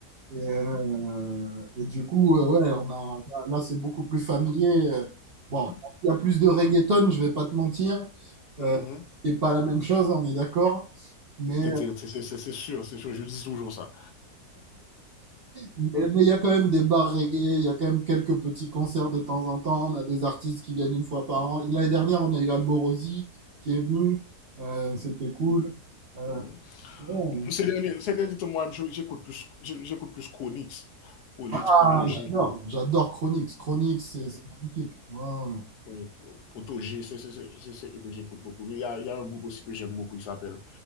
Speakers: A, on the right; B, on the left.
A: Et, euh, et du coup, euh, ouais, on a, là, c'est beaucoup plus familier. euh. Bon,
B: Mhm.
A: il y a plus de reggaeton, je vais pas te mentir. Euh,
B: Mhm.
A: c'est pas la même chose, on est d'accord. Mais
B: T'es- t'es- t'es- C'est c'est- c'est sûr, c'est sûr, je dis toujours ça.
A: mais mais il y a quand même des bars reggae, il y a quand même quelques petits concerts de temps en temps. On a des artistes qui viennent une fois par an. L'année dernière, on a eu Alborosi qui est venu. Euh, c'était cool. Euh,
B: Mhm.
A: bon,
B: Ces derniers, ces derniers temps, moi, je- j'écoute plus, je- j'écoute plus Konix, Konix,
A: ah,
B: Protoji.
A: j'adore, j'adore Chronix. Chronix, c'est c'est magnifique. Ouais, ouais.
B: Oui, Poto G, c'est ce que j'écoute beaucoup. Il y, a, il y, a, un groupe aussi que j'aime beaucoup qui s'appelle